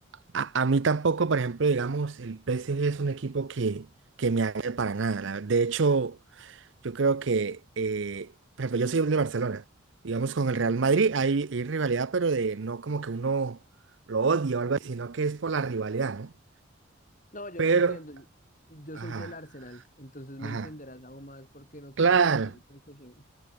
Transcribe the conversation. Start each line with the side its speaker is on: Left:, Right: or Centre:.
Right: A, a mí tampoco, por ejemplo, digamos, el P PSG es un equipo que, que me agrada para nada. la- De hecho, yo creo que, eh, por ejemplo, yo soy de Barcelona. Digamos, con
Left: Ujú.
Right: el Real Madrid hay, hay rivalidad, pero de no como que uno lo odia o algo así, sino que es por la rivalidad, ¿no?
Left: No, yo
Right: Pero,
Left: te entiendo, yo yo
Right: ajá,
Left: soy del Arsenal, entonces
Right: ajá,
Left: me entenderás algo más porque no quiero
Right: claro.
Left: que gane el PSG.